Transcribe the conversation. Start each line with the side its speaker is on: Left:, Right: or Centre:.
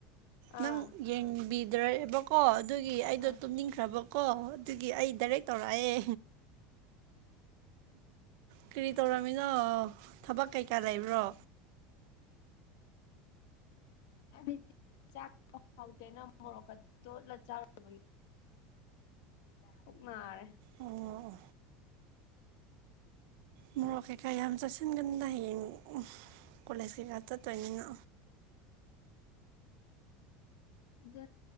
Left: ꯑꯥ
Right: ꯅꯪ ꯌꯦꯡꯕꯤꯗ꯭ꯔꯦꯕ ꯀꯣ ꯑꯗꯨꯒꯤ ꯑꯩꯗꯣ
Left: ꯑꯥ
Right: ꯇꯨꯝꯅꯤꯡꯈ꯭ꯔꯕꯀꯣ ꯑꯗꯨꯒꯤ ꯑꯩ ꯗꯥꯏꯔꯦꯛ ꯇꯧꯔꯛꯑꯦ ꯀꯔꯤ ꯇꯧꯔꯝꯃꯤꯅꯣ ꯊꯕꯛ ꯀꯩꯀꯥ ꯂꯩꯕ꯭ꯔꯣ
Left: ꯍꯥꯏꯗꯤ ꯆꯥꯛꯇꯣ ꯍꯥꯎꯇꯦꯅ ꯃꯣꯔꯣꯛꯀ ꯇꯣꯠꯂ ꯆꯥꯔꯕꯒꯤ ꯄꯨꯛ ꯅꯥꯔꯦ
Right: ꯑꯣ ꯃꯣꯔꯣꯛ ꯀꯩꯀꯥ ꯌꯥꯝ ꯆꯥꯁꯤꯟꯒꯟꯗ ꯍꯌꯦꯡ ꯀꯣꯂꯦꯖ ꯀꯩꯀꯥ ꯆꯠꯇꯣꯏꯅꯤꯅ
Left: ꯑꯗꯨ